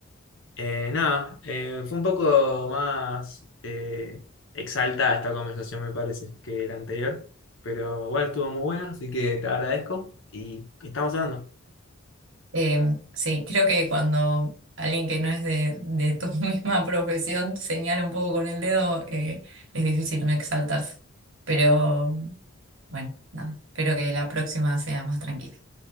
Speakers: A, on the left; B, on the right.
A: Eh, nada, eh, fue un poco más eh, exaltada esta conversación, me parece, que la anterior. Pero igual estuvo muy buena, así que te agradezco y estamos hablando.
B: Eh, sí, creo que cuando alguien que no es de, de tu <laughs> misma profesión señala un poco con el dedo, eh, es difícil no exaltarse. Pero bueno, nada, espero que la próxima sea más tranquila.